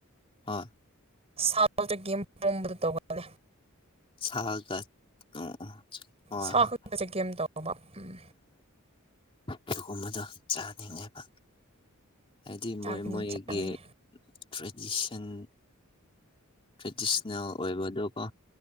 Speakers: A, on the left; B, on the right.
A: ꯍꯣꯏ
B: ꯁꯥ ꯆꯀꯤ ꯄꯨꯝꯝꯕꯗꯨ ꯇꯧꯒꯦ
A: ꯁꯥꯒ ꯑꯣ ꯍꯣꯏ
B: ꯁꯥ
A: ꯍꯣꯏ
B: ꯈꯨꯗꯤꯡꯃꯛ ꯆꯒꯦꯝ ꯇꯧꯕꯧꯕ ꯎꯝ
A: ꯑꯗꯨꯒꯨꯝꯕꯗꯣ ꯆꯥꯅꯤꯡꯉꯦꯕ ꯍꯥꯏꯗꯤ
B: ꯆꯥꯒꯅꯤ
A: ꯃꯣꯏ ꯃꯣꯏꯒꯤ
B: ꯆꯥꯒꯅꯤ
A: ꯇ꯭ꯔꯦꯗꯤꯁꯟ ꯇ꯭ꯔꯦꯗꯤꯁꯅꯦꯜ ꯑꯣꯏꯕꯗꯣꯀꯣ